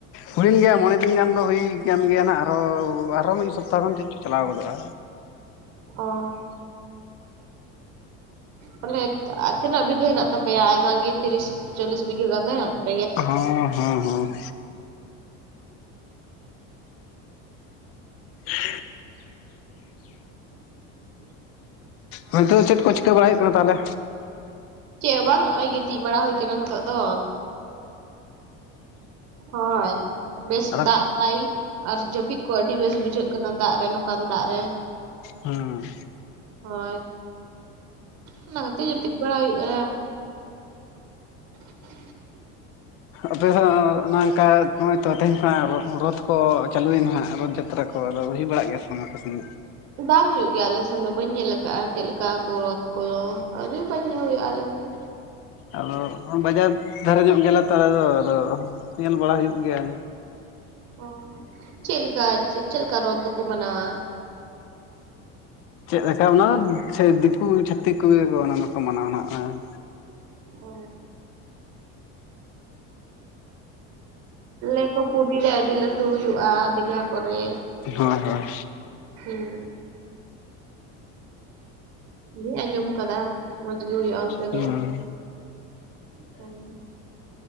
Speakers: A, on the left; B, on the right.
A: ᱦᱩᱭᱮᱱ ᱜᱮᱭᱟ ᱢᱚᱬᱮ ᱫᱤᱱ ᱜᱟᱱ ᱫᱚ ᱦᱩᱭ ᱟᱠᱟᱱ ᱜᱮᱭᱟ ᱦᱱᱟᱜ ᱟᱨᱦᱚᱸ ᱟᱨᱦᱚᱸ ᱢᱤᱫ ᱥᱚᱯᱛᱟᱦᱚ ᱜᱟᱱ ᱪᱮᱫ ᱪᱚ ᱪᱟᱞᱟᱣ ᱜᱚᱫᱚᱜᱼᱟ᱾
B: ᱚ ᱵᱚᱞᱮ ᱛᱤᱱᱟᱹᱜ ᱵᱤᱜᱟᱹ ᱦᱮᱱᱟᱜ ᱛᱟᱯᱮᱭᱟ ᱟᱭᱢᱟ ᱜᱮ ᱛᱤᱨᱤᱥ ᱪᱚᱞᱞᱤᱥ ᱵᱤᱜᱷᱟᱹ ᱜᱟᱱ ᱫᱚ ᱦᱮᱱᱟᱜ ᱛᱟᱯᱮᱭᱟ᱾
A: ᱦᱚᱸ ᱻ ᱦᱚᱸ ᱦᱚᱸ
B: <inaudible>
A: <inaudible> ᱱᱤᱛᱳᱜ ᱫᱚ ᱪᱮᱫ ᱠᱚ ᱪᱤᱠᱟᱹ ᱵᱟᱲᱟᱭ ᱦᱩᱭᱩᱜ ᱠᱟᱱᱟ ᱛᱟᱦᱞᱮ?
B: ᱪᱮᱜ ᱦᱚᱸ ᱵᱟᱝ ᱱᱚᱚᱭ ᱜᱤᱛᱤᱡ ᱵᱟᱲᱟ ᱦᱩᱭ ᱠᱟᱱᱟ ᱱᱤᱛᱚᱜ ᱫᱚ᱾ ᱦᱚᱭ ᱵᱮᱥ
A: ᱟᱫᱚ
B: ᱫᱟᱜ ᱫᱟᱭ᱾ ᱟᱨ ᱡᱟᱹᱯᱤᱫ ᱠᱚ ᱟᱹᱰᱤ ᱵᱮᱥ ᱵᱩᱡᱷᱟᱹᱜ ᱠᱟᱱᱟ ᱫᱟᱜ ᱨᱮ ᱱᱚᱠᱟᱱ ᱫᱟᱜ ᱨᱮ᱾
A: ᱦᱩᱸ
B: ᱦᱚᱭ ᱚᱱᱟ ᱠᱟᱛᱮ ᱡᱟᱹᱯᱤᱫ ᱵᱟᱲᱟ ᱦᱩᱭᱩᱜ ᱟᱭᱟ <inaudible>
A: ᱟᱯᱮᱦᱚ ᱱᱝᱠᱟ ᱱᱚᱜᱚᱭ ᱛᱚ ᱛᱮᱦᱮᱧ ᱠᱷᱚ ᱱᱟᱜ ᱨᱚᱛᱷ ᱠᱚ ᱪᱟᱹᱞᱩᱭᱮᱱᱟ ᱦᱚᱸᱜ ᱨᱚᱛᱷ ᱡᱟᱛ ᱛᱨᱟ ᱠᱚᱫᱚ ᱦᱩᱭ ᱵᱟᱲᱟᱜ ᱜᱮᱭᱟ ᱥᱮ ᱵᱟᱝ ᱟᱯᱮ ᱥᱮᱱ?
B: ᱵᱟᱝ ᱦᱩᱭᱩᱜ ᱜᱮᱭᱟ ᱟᱞᱮᱥᱱ ᱫᱚ ᱵᱟᱹᱧ ᱧᱮᱞ ᱠᱟᱜ-ᱟ ᱪᱮᱞᱮᱠᱟ ᱠᱚ ᱨᱚᱛ ᱠᱚᱫᱚ <unintelligible> ᱟᱞᱮ ᱥᱮᱱ
A: ᱟᱫᱚ ᱵᱟᱡᱟᱨ ᱫᱷᱟᱨᱮ ᱧᱚᱜ ᱜᱮᱭᱟᱞᱮᱛᱚ ᱟᱫᱚ ᱧᱮᱞ ᱵᱟᱲᱟ ᱦᱩᱭᱩᱜ ᱜᱮᱭᱟ
B: ᱚ ᱪᱮᱜ ᱞᱮᱠᱟ ᱪᱮᱞᱠᱟ ᱨᱚᱛ ᱫᱚ ᱠᱚ ᱢᱟᱱᱟᱣᱟ?
A: ᱪᱮᱫ ᱞᱮᱠᱟ ᱚᱱᱟ ᱫᱚ ᱥᱮᱭ ᱫᱤᱠᱩ ᱪᱷᱟᱹᱛᱤᱠ ᱠᱚᱜᱮ ᱠᱚ ᱚᱱᱟ ᱫᱚᱠᱚ ᱢᱟᱱᱟᱣᱟ ᱱᱟᱸᱜ
B: ᱚ ᱞᱮᱭᱟᱠᱚ ᱯᱩᱨᱤ ᱨᱮ ᱟᱹᱰᱤ ᱞᱟᱹᱴᱩ ᱦᱩᱭᱩᱜ-ᱟ ᱫᱤᱜᱷᱟ ᱠᱚᱨᱮ
A: ᱦᱳᱭ ᱦᱳᱭ
B: ᱦᱩᱸ ᱤᱧ ᱦᱩᱸᱧ ᱟᱸᱡᱚᱢ ᱠᱟᱫᱟ ᱢᱚᱸᱡᱽ ᱜᱮ ᱦᱩᱭᱩᱜ-ᱟ ᱚᱱᱛᱮ
A: ᱦᱩᱸ
B: ᱫᱚ <unintelligible>